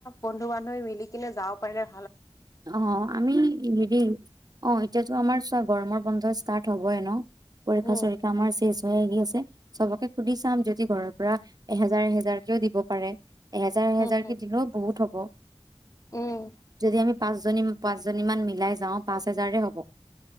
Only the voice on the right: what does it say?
অ আমি হেৰি অ এতিয়াতো আমাৰ চোৱা গৰমৰ বন্ধ ষ্টাৰ্ট হবয়ে ন পৰীক্ষা
চৰীক্ষা আমাৰ চেচ সময় আহি আছে চবকে সুধি চাম যদি ঘৰৰ পৰা এহেজাৰ এহেজাৰকেও দিব পাৰে এহেজাৰ এহেজাৰ
কে দিলেও বহুত হব
যদি আমি পাঁচজনী পাঁচ জনী মান মিলাই যাওঁ পাঁচ হেজাৰে হব